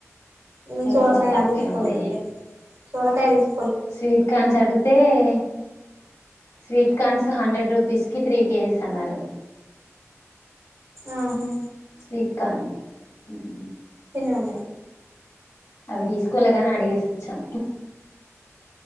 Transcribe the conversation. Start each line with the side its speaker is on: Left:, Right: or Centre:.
Right: మేము సోరకాయ
Left: కొంచెం తక్కువే
Right: తీసుకోలేదు
Left: ఉంది
Right: లే సోరకాయ తీసుకో
Left: స్వీట్ కన్స్ అడుగాతే స స్వీట్ కార్న్స్ హండ్రెడ్ డే రూపీస్కి త్రీ కేజెస్ అన్నారు
Right: ఆహా
Left: స్వీట్ కాన్ అసలి
Right: చిన్న ఉన్నాయి
Left: అవి తీసుకోలేగా అడిగేసి వచ్చాం